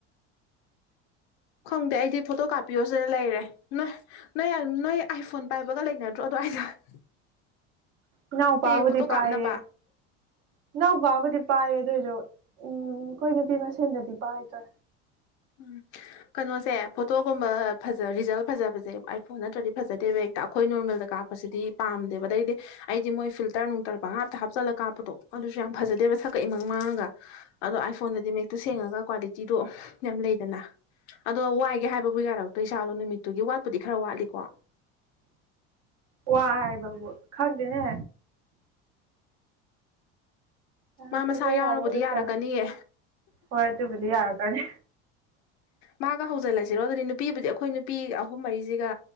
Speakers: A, on the left; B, on the right.
A: ꯈꯪꯗꯦ ꯑꯩꯗꯤ ꯐꯣꯇꯣ ꯀꯥꯞꯄꯤꯌꯣꯁꯤꯗ ꯂꯩꯔꯦ ꯅꯣꯏ ꯅꯣꯏ ꯅꯣꯏ ꯑꯥꯏꯐꯣꯟ ꯄꯥꯏꯕꯒ ꯂꯩꯅꯗ꯭ꯔꯣ <unintelligible>
B: ꯏꯅꯥꯎꯄꯕꯨꯗꯤ
A: ꯍꯌꯦꯡ ꯐꯣꯇꯣ
B: ꯄꯥꯏꯌꯦ
A: ꯀꯥꯞꯅꯕ
B: ꯏꯅꯥꯎ ꯄꯥꯕꯨꯗꯤ ꯄꯥꯏꯌꯦ ꯑꯗꯨꯑꯣꯏꯁꯨ ꯎꯝ ꯑꯩꯈꯣꯏ ꯅꯨꯄꯤ ꯃꯁꯦꯟꯗꯗꯤ ꯄꯥꯏꯗ꯭ꯔꯦ
A: ꯎꯝ ꯀꯩꯅꯣꯁꯦ ꯐꯣꯇꯣꯒꯨꯝꯕ ꯐꯖ ꯔꯤꯁꯦ ꯐꯖꯕꯁꯦ ꯑꯥꯏꯐꯣꯟ ꯅꯠꯇ꯭ꯔꯗꯤ ꯐꯖꯗꯦꯕ ꯍꯦꯛꯇ ꯑꯩꯈꯣꯏ ꯅꯣꯔꯃꯦꯜꯗ ꯀꯥꯞꯄꯁꯤꯗꯤ ꯄꯥꯝꯗꯦꯕꯗꯩꯗꯤ ꯑꯩꯗꯤ ꯃꯣꯏ ꯐꯤꯜꯇꯔ ꯅꯨꯡꯇꯔ ꯄꯪꯍꯥꯞꯇ ꯍꯥꯞꯆꯜꯂꯒ ꯀꯥꯞꯄꯗꯣ ꯑꯗꯨꯁꯨ ꯌꯥꯝ ꯐꯖꯗꯦ ꯍꯥꯏꯕ ꯁꯛꯀꯛ ꯏꯃꯪ ꯃꯥꯡꯉꯒ ꯑꯗꯣ ꯑꯥꯏꯐꯣꯟꯗꯗꯤ ꯃꯦꯛꯇ ꯁꯦꯡꯉꯒ ꯀ꯭ꯋꯥꯂꯤꯇꯤꯗꯣ ꯌꯥꯝ ꯂꯩꯗꯅ ꯑꯗꯣ ꯋꯥꯏꯒꯦ ꯍꯥꯏꯕꯕꯨ ꯌꯥꯔꯛꯇꯣꯏ ꯖꯥꯠꯂꯣ ꯅꯨꯃꯤꯠꯇ ꯑꯗꯨꯒꯤ ꯋꯥꯠꯄꯨꯗꯤ ꯈꯔ ꯋꯥꯠꯂꯤꯀꯣ
B: ꯋꯥ ꯍꯥꯏꯕꯕꯨ ꯈꯪꯗꯦꯅꯦ ꯌꯔꯛꯀꯗ꯭ꯔꯥ
A: ꯃꯥ ꯃꯁꯥ
B: ꯌꯔꯛꯑꯣꯏꯗ꯭ꯔꯥ
A: ꯌꯥꯎꯔꯕꯨꯗꯤ ꯌꯥꯔꯛꯀꯅꯤꯌꯦ
B: ꯍꯣꯏ ꯑꯗꯨꯕꯨꯗꯤ ꯌꯥꯔꯛꯀꯅꯤ
A: ꯃꯥꯒ ꯍꯧꯖꯤꯜꯂꯁꯤꯔꯣ ꯑꯗꯨꯗꯤ ꯅꯨꯄꯤꯕꯨꯗꯤ ꯑꯩꯈꯣꯏ ꯅꯨꯄꯤ ꯑꯍꯨꯝ ꯃꯔꯤꯁꯤꯒ